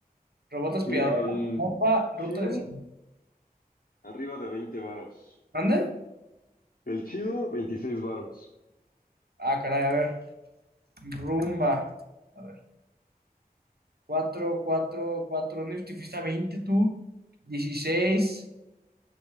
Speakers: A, on the right (about 85°); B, on the left (about 70°).
A: Robot aspirador,
B: Mira, el
A: mopa,
B: chido,
A: ruta de sal-
B: arriba de veinte varos.
A: ¿Mande?
B: El chido, veintiséis varos.
A: Ah, caray, a ver. Rumba. A ver. Cuatro, cuatro, cuatro. ¿No te fuiste a 20 tú? dieciséis